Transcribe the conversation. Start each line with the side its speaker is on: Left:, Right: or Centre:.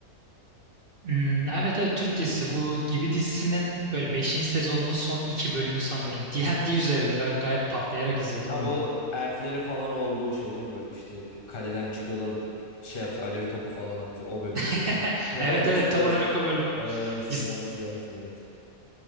Right: Hmm, evet evet Türk dizisi. Bu Gibi dizisinin böyle beşinci sezonunun son 2 bölümü sanırım. <laughs> D&D üzerinde ben gayet patlayarak izledim
Left: Ha
Right: onu
Left: bu
Right: da.
Left: elflerin falan olduğu şey değil mi böyle işte kaleden çıkıyorlar şey atıyor alev topu falan atıyor o bölümü
Right: <laughs>
Left: diyorsun. <laughs>
Right: Evet
Left: Onu iste
Right: evet tam
Left: evet
Right: olarak o bölüm.
Left: onu da ben Instagram'dan
Right: İz-
Left: görmüştüm evet.